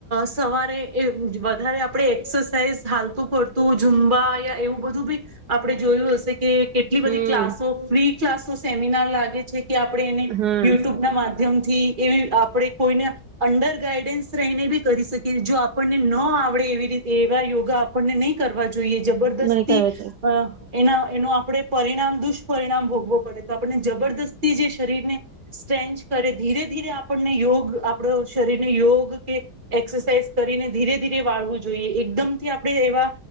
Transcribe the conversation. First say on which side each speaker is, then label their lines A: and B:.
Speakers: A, on the right (about 30°); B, on the right (about 75°).
A: સવારે. એ. વધારે આપણે એક્સરસાઇઝ. થાલતું પડતું ઝુંમબા યા એવું બધું બી આપણે જોયું હશે કે. કેટલી
B: હમ
A: બધી ક્લાસો ફ્રી. ક્લાસ નું સેમિનાર લાગે છે. કે આપણે એને
B: હા
A: યુટ્યુબ ના માધ્યમથી. થી એવી આપ. આપણે કોઈને અંડર ગાઈડન્સ. હીને બી કરી શકી જો આપણને. ન આવે. આપ એવી રીતે એવા યોગા આપણને નહી કરવા જોઈએ જબરદસ્તી
B: નહી કરો છો
A: અ. એના એનો. આપણે પરિણામ દુષ્પિણામ ભો. પડે તો આપણને જબરદસ્ત. તી જે શરીરને સ્ટ્રેન્ચ કરે ધીરે-ધીરે આપ આપણને યોગ આપણો શરીર તે યોગ કે એક્સરસાઇઝ કરીને ધીરે-ધીરે વાળવું જોઈએ. એકદમથી આપણે એવા